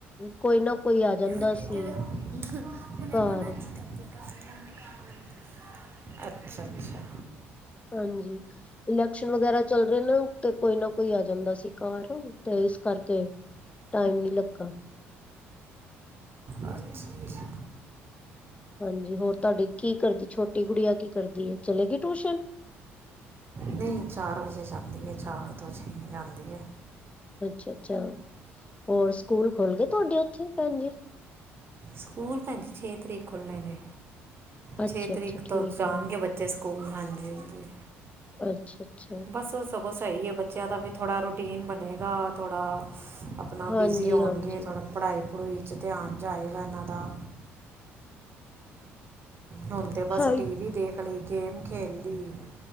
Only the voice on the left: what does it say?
ਕੋਈ ਨਾ ਕੋਈ ਆ ਜਾਂਦਾ
ਸੀ ਘਰ
ਹਾਂਜੀ ਇਲੈਕਸ਼ਨ ਵਗੈਰਾ ਚੱਲ ਰਹੇ ਨੇ ਤੇ ਕੋਈ ਨਾ ਕੋਈ ਆ ਜਾਂਦਾ ਸੀ ਤੇ ਇਸ ਕਰਕੇ ਟਾਈਮ ਨੀ ਲੱਗਾ
ਹਾਂਜੀ ਹੋਰ ਤੁਹਾਡੀੇ ਕੀ ਕਰਦੀ ਛੋਟੀ ਗੁੜੀਆ ਕੀ ਕਰਦੀ ਹੈ ਚਲੇ ਗੀ ਟਿਊਸ਼ਨ
ਅੱਛਾ-ਅੱਛਾ ਹੋਰ ਸਕੂਲ ਖੁੱਲ ਗਏ ਤੁਹਾਡੇ ਉੱਥੇ ਭੈਣ ਜੀ
ਅੱਛਾ-ਅੱਛਾ
ਠੀਕ
ਹੈ
ਅੱਛਾ ਅੱਛਾ
ਹਾਂਜੀ-ਹਾਂਜੀ।
ਹਾਂ